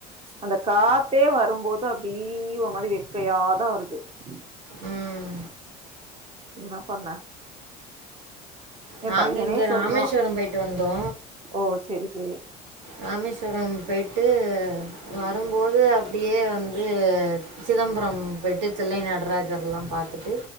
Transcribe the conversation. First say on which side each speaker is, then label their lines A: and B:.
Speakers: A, on the right; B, on the right.
A: அந்த காத்தே வரும்போது அப்டி ஒரு மாரி வெக்கையாதா வருது.
B: ம்
A: உம் என்ன பண்ண எ
B: நாங்க
A: பையனே
B: இங்க
A: சொல்றா
B: ராமேஸ்வரம் போயிட்டு வந்தோ
A: ஓ செரி செரி
B: ராமேஸ்வரம் போயிட்டு வரும்போது அப்டியே வந்து சிதம்பரம் போயிட்டு தில்லை நடராஜர் எல்லாம் பாத்துட்டு